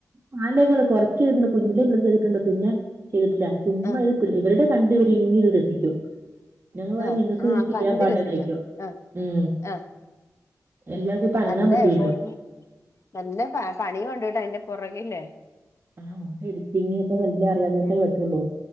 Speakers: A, on the right (about 40°); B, on the left (about 50°).
A: മാലകള് കൊർച്ചീര്ന്നു കുഞ്ഞിലേ ഞമ്മള് ചെയ്തിട്ടുണ്ട് പിന്നെ ചെയ്തിട്ടില്ല. ചുമ്മാ
B: ആഹ്
A: ഇത് ഇവരുടെ കണ്ട് ഇവരി ഇങ്ങനിത് രസിക്കും ഞങ്ങള് പറയും,
B: ആഹ്
A: നിങ്ങക്ക്
B: ആഹ്
A: ഇത് ചെയ്യാൻ
B: കണ്ട്
A: പാടില്ലെന്ന്
B: രസിക്കും
A: ചോയ്ക്കും
B: ആഹ്
A: ഉം
B: ആഹ്
A: എല്ലാർക്കും ഇപ്പ അനങ്ങാൻ
B: നല്ല
A: പറ്റൂലല്ലൊ
B: എഫോർട്ട് നല്ല പ പണി ഉണ്ട് ടാ അതിന്റെ പുറകിൽ
A: ആഹ്ണ്ട് എഡിറ്റിംഗ് ഒക്കെ നല്ലേ അറിയാ നൊറ്ക്കാേ
B: ഉം
A: പറ്റുള്ളൂ